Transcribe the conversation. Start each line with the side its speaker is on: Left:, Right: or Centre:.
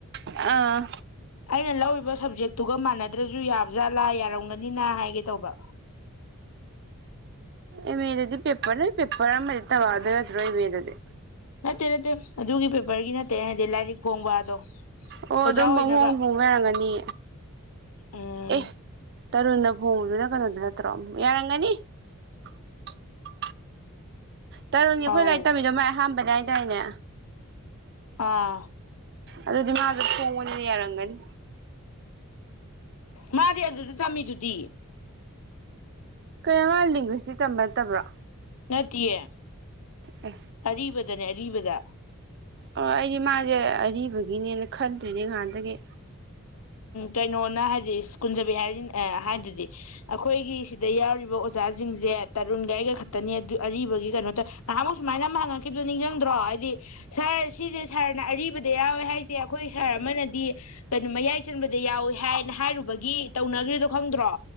Right: ꯑꯥ
Left: ꯑꯩꯅ ꯂꯧꯔꯤꯕ ꯁꯕꯖꯦꯛꯇꯨꯒ ꯃꯥꯟꯅꯗ꯭ꯔꯁꯨ ꯌꯥꯕꯖꯥꯠꯂꯥꯔꯕ ꯍꯪꯒꯅꯤꯅ ꯍꯥꯏꯒꯦ ꯇꯧꯕ
Right: ꯏꯃꯤꯗꯗꯤ ꯄꯦꯄꯔ ꯄꯦꯄꯔ ꯃ ꯇꯗ ꯌꯥ꯭ꯔꯣ ꯏꯃꯤꯗꯗꯤ
Left: ꯅꯠꯇꯦ ꯅꯠꯇꯦ ꯑꯗꯨꯒꯤ ꯄꯦꯄꯔꯒꯤ ꯅꯠꯇꯦ ꯍꯥꯏꯗꯤ ꯂꯥꯏꯔꯤꯛ ꯐꯣꯡꯕꯗꯣ
Right: ꯑꯣ
Left: ꯑꯣꯖꯥ
Right: ꯑꯗꯨꯝ
Left: ꯑꯣꯏꯅꯕ
Right: ꯄꯪꯍꯣꯡ ꯍꯣꯡꯅꯔꯝꯒꯅꯤ
Left: ꯎꯝ
Right: ꯑꯦ ꯇꯔꯨꯟꯅ ꯐꯣꯡꯕꯗꯨꯅ ꯀꯩꯅꯣꯗꯨꯅ <unintelligible> ꯇꯔꯨꯅꯤ ꯑꯩꯈꯣꯏ
Left: ꯑꯧ
Right: ꯂꯥꯏꯔꯤ ꯇꯝꯃꯤꯗꯣ ꯃ ꯑꯍꯥꯟꯕꯅꯦ ꯀꯥꯏꯅꯦ
Left: ꯑꯥ
Right: ꯑꯗꯨꯗꯤ ꯃꯥꯒ ꯐꯣꯡꯕꯅꯤꯅ ꯌꯥꯔꯝ ꯒꯅꯤ
Left: ꯃꯥꯗꯤ ꯑꯗꯨꯗ ꯇꯝꯃꯤꯗꯨꯗꯤ
Right: ꯀꯌꯥ ꯃꯥ ꯂꯤꯡꯒꯨꯢꯁ꯭ꯇꯤꯛ ꯇꯝꯕ ꯅꯠꯇꯕ꯭ꯔꯣ
Left: ꯅꯠꯇꯤꯌꯦ
Right: ꯑꯦ
Left: ꯑꯔꯤꯕꯗꯅꯦ ꯔꯤ ꯕꯗ
Right: ꯑꯣ ꯑꯩꯗꯤ ꯃꯥꯁꯦ ꯑꯔꯤꯕꯒꯤꯅꯦꯅ ꯈꯟꯂꯨꯏꯅꯦ ꯉꯍꯥꯟꯗꯒꯤ
Left: ꯀꯩꯅꯣꯅ ꯍꯥꯏꯗꯤ ꯁ ꯀꯨꯟꯖꯕꯤ ꯍꯥꯏꯔꯤ ꯍꯥꯏꯗꯨꯗꯤ ꯑꯩꯈꯣꯏꯒꯤ ꯁꯤꯗ ꯌꯥꯎꯔꯤꯕ ꯑꯣꯖꯥꯁꯤꯡꯁꯦ ꯇꯔꯨꯟꯒ ꯈꯛꯇꯅꯤ ꯑꯗꯨ ꯑꯔꯤꯕꯒꯤ ꯀꯩꯅꯣ ꯇ ꯉꯍꯥꯃꯨꯛ ꯁꯨꯃꯥꯏꯅ ꯑꯃ ꯍꯪꯉꯛꯈꯤꯕꯗꯣ ꯅꯤꯡꯁꯤꯡꯗ꯭ꯔꯣ ꯍꯥꯏꯗꯤ ꯁꯥꯔ ꯁꯤꯁꯦ ꯁꯥꯔꯅ ꯑꯔꯤꯕꯗ ꯌꯥꯎꯋꯦ ꯍꯥꯏꯁꯦ ꯑꯩꯈꯣꯏ ꯁꯥꯔ ꯑꯃꯅꯗꯤ ꯑꯗꯨ ꯃꯌꯥꯏ ꯆꯟꯕꯗ ꯌꯥꯎꯏꯤ ꯀ ꯍꯥꯏꯅ ꯍꯥꯏꯔꯨꯕꯒꯤ ꯇꯧꯅꯈ꯭ꯔꯤꯗꯣ ꯈꯪꯗ꯭ꯔꯣ